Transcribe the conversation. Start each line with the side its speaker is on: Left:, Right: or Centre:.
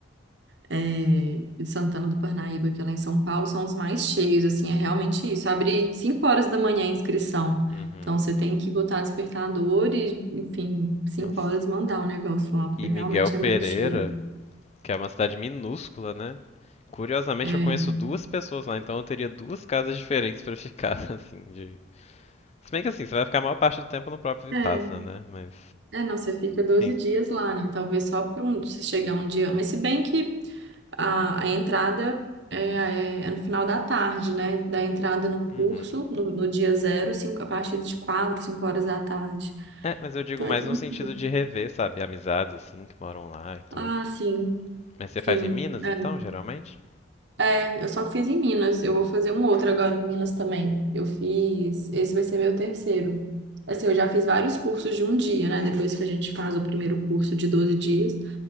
Right: é, de Santana do Parnaíba, que é lá em São Paulo, são os mais cheios, assim, é realmente isso. Abre 5 horas da manhã a inscrição.
Left: Uhum.
Right: Então, você tem que botar despertador e, enfim, cinco
Left: Nossa.
Right: horas mandar o negócio lá, porque
Left: E
Right: realmente
Left: Miguel Pereira,
Right: é muito cheio.
Left: que é uma cidade minúscula, né? Curiosamente,
Right: É,
Left: eu conheço duas pessoas lá, então eu teria duas casas diferentes pra ficar, <laughs> assim, de... Se bem que assim, você vai ficar a maior parte do tempo no próprio Vipassana,
Right: é.
Left: né? Mas,
Right: É, não, você fica doze
Left: sim.
Right: dias lá, né? Talvez só para um, você chegar um dia. Mas se bem que a, a entrada é, é- é no final da tarde, né? Da entrada no curso,
Left: Uhum.
Right: no, no dia zero, cinco, a partir de 4 5 horas da tarde.
Left: É, mas eu digo
Right: Então
Left: mais
Right: é tranquilo.
Left: no sentido de rever, sabe? Amizades, assim, que moram lá e tudo.
Right: Ah, sim,
Left: Mas você
Right: sim.
Left: faz em Minas,
Right: É.
Left: então, geralmente?
Right: É, eu só fiz em Minas. Eu vou fazer um outro agora em Minas também. Eu fiz. Esse vai ser meu terceiro. Assim, eu já fiz vários cursos de um dia, né? Depois que a gente faz o primeiro curso de 12 dias,